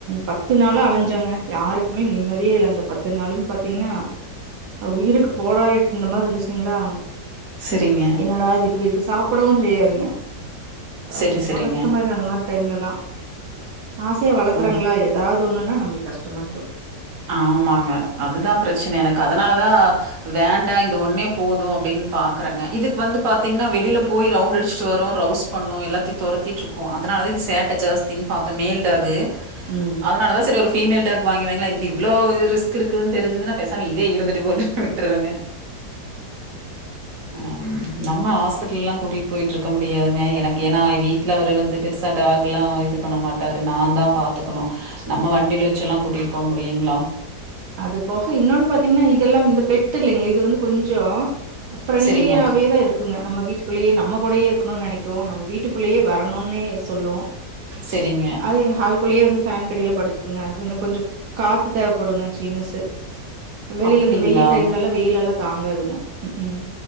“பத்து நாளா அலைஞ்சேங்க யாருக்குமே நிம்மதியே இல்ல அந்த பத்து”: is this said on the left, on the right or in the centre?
Right